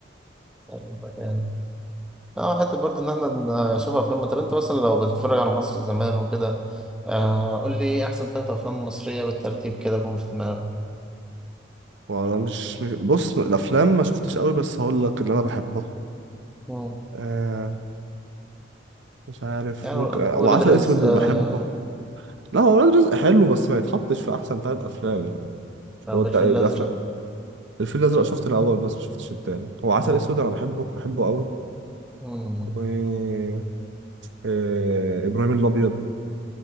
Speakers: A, in the centre; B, on the right (about 70°).
A: يبقى جامد. اه حتى برضه إن احنا نشوف أفلام طب أنت مثلا لو بتتفرج على مصر زمان وكده آه قول لي إيه أحسن تلات أفلام مصرية بالترتيب كده جم في دماغك
B: وانا مش مش- بص الافلام ما شفتش قوي بس هقول لك اللي انا بحبه
A: أمم.
B: آه مش عارف
A: يعني
B: ممكن وعسل
A: ولاد رزق
B: اسود اللي
A: آه
B: بحبه لا هو ولاد رزق حلو بس ما يتحطش في احسن ثلاث افلام يعني
A: رغم
B: هو الت-
A: الفيل
B: الأفلام-
A: الأزرق
B: الفيل الازرق شفت الاول بس ما شفتش التاني هو عسل
A: أمم.
B: اسود انا بحبه بحبه قوي
A: أمم.
B: و آه، ابراهيم الابيض